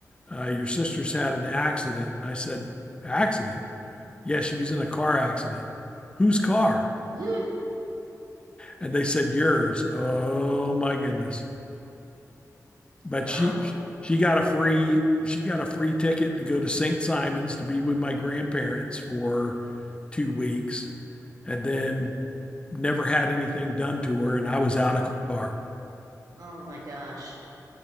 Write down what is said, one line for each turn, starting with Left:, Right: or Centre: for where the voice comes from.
Left: uh, your sister's had an accident. And I said, Accident? Yeah, she was in a car accident. Whose car?
Right: <laughs>
Left: and they said yours. Oh my goodness! But
Right: Wow.
Left: she she got a free she got a free ticket to go to St. Simon's to be with my grandparents for two weeks, and then never had anything done to her, and I was out of car.
Right: Oh my gosh.